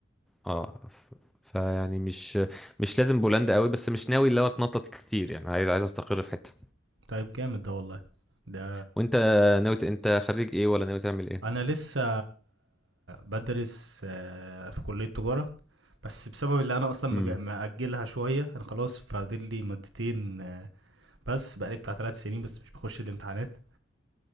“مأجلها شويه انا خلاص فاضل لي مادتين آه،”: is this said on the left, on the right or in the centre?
Right